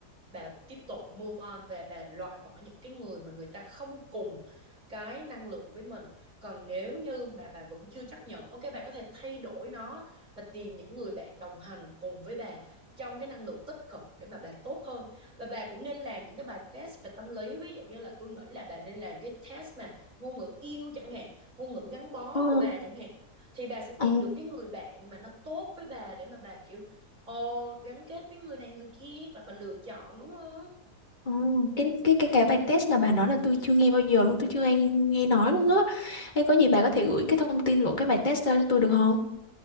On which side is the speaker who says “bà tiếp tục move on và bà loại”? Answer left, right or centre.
Right